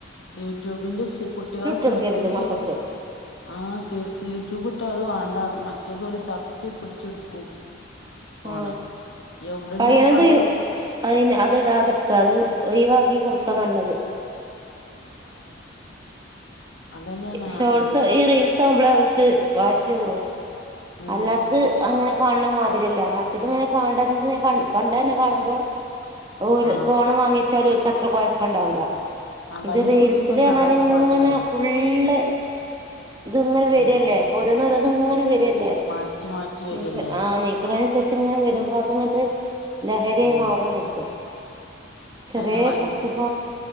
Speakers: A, on the left; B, on the right.
A: യൂട്യൂബിന്റെശ് കുട്ടികളെ കിഡ്സ്‌
B: കൊടുക്കരുത്
A: റ്റ്
B: മക്കൾക്ക്
A: ആ കേഴസിയൂട്യൂബ് ഇട്ട അത് വാണ്ടന്ന് മ മറ്റതു തപ്പി പിടിച്ചെടുക്കും ഫോണ്
B: ആ
A: എവിടുന്നാ
B: കഴിയുന്നതും
A: അത്
B: അയിന് അത് ഇടാതക്ക ഒഴിവാക്കി കൊടുക്ക ക്ക നല്ലത്
A: അതന്നെയാണ്
B: ഷോർട്സ്
A: ഇന്റെ
B: ഈ റീൽസ് ആവുമ്പള ക് വാശിള്ളൂ
A: ഉം
B: അല്ലാത്തത് അങ്ങനെ കാണണം മാത്ര ല്ല മറ്റത് ഇങ്ങനെ കാണ്ടകണ്ടതന്നെ കാണുമ്പോ ഓൽ
A: ആഹ്
B: ഫോൺ വാങ്ങിച്ചാലും ഓൽക്ക് അത്ര കൊഴപ്പ ഉണ്ടാവുല്ല
A: ആഹ്
B: ഇത്
A: വല്യ
B: റീൽസില്റഞ്ഞാല്
A: കുട്ടിക്കൊന്നും അങ്ങനത്തെ
B: ഇങ്ങനെ
A: കൊഴപ്പല്ല
B: ഫുള്ള് ഇത് ഇങ്ങനെ വരല്ലേ
A: ഉം
B: ഓരോന്ന ഒ രോന്ന് ഇങ്ങനെ വരല്ലേ
A: മാറ്റി മാറ്റി വരല്ലേ
B: നീക്കണെ ആ നീക്ക്നീഅനുസരിച് ഇത്ങ്ങനെ വരുമ്പോ അത്ങ്ങട്ട് ലഹരിയായി
A: ഉം
B: മാറാണ് ഒൽക്ക് ചെറിയ
A: തന്നെ വല്യ
B: മക്കൾക്ക